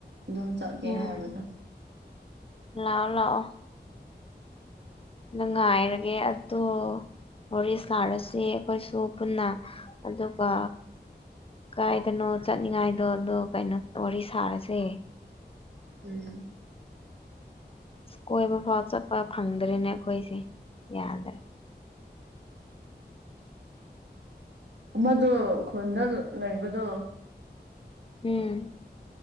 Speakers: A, on the right (about 80°); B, on the left (about 30°).
A: ꯑꯗꯨꯝ ꯆꯠꯀꯦ
B: ꯎꯝ
A: ꯍꯥꯏꯕꯗꯣ
B: ꯂꯥꯛꯑꯣ ꯂꯥꯛꯑꯣ ꯉꯥꯏꯔꯒꯦ ꯑꯗꯣ ꯋꯥꯔꯤ ꯁꯥꯔꯁꯤ ꯑꯩꯈꯣꯏꯁꯨ ꯄꯨꯟꯅ ꯑꯗꯨꯒ ꯀꯥꯏꯗꯅꯣ ꯆꯠꯅꯤꯡꯉꯥꯏꯗꯣ ꯑꯗꯣ ꯀꯩꯅꯣ ꯋꯥꯔꯤ ꯁꯥꯔꯁꯦ
A: ꯎꯝ
B: ꯀꯣꯏꯕ ꯐꯥꯎ ꯆꯠꯄ ꯐꯪꯗ꯭ꯔꯦꯅꯦ ꯑꯩꯈꯣꯏꯁꯦ ꯌꯥꯗ꯭ꯔꯦ
A: ꯑꯃꯗꯣ ꯈꯨꯟꯗ ꯂꯩꯕꯗꯣ
B: ꯎꯝ